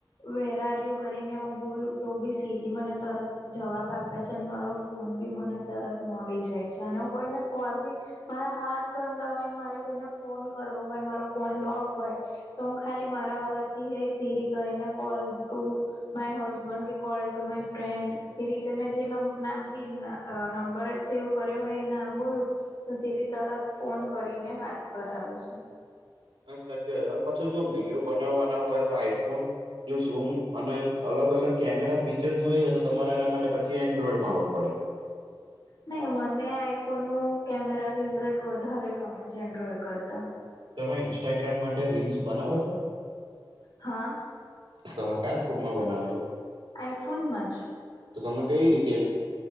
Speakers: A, on the left; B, on the right.
A: Where are you કરીને હું બોલું તો ભી સીરી મને તરત જવાબ આપે છે મારો ફોન બી મને તરત મળી જાય છે અને હું કોઈને કોલ બી મારા હાથ ગંદા હોયને મારે કોઈને ફોન કરવો હોય મારો ફોન લોક હોય તો હું ખાલી મારા અવાજ થી એ સીરી કરીને કોલ ટુ માય હસબન્ડ કે કોલ ટુ માય ફ્રેન્ડ એ રીતે મેં જે નામ થી. અ નંબર એ સેવ કર્યો હોય એ નામ બોલું તો સીરી. તરત ફોન કરીને વાત કરાવે છે.
B: આ સાચી વાત હા પાછો જો વિડીયો બનાવવાના હોય તો આઈફોન જો ઝૂમ અને અલગ અલગ કેમેરા ફીચર્સ જોઈએ તો તમારે એના માટે પછી એન્ડ્રોઈડમાં આવવું પડે.
A: નહી મને આઈફોન નું કેમેરા રિઝલ્ટ વધારે ગમે છે એન્ડ્રોડ કરતા.
B: તમે ઇન્સ્ટાગ્રામ માટે રીલ્સ બનાવો છો.
A: હા.
B: તમે કયા ફોન માં બનાવો છો.
A: આઈ ફોન માંજ.
B: તો તમે કવી રીતે એ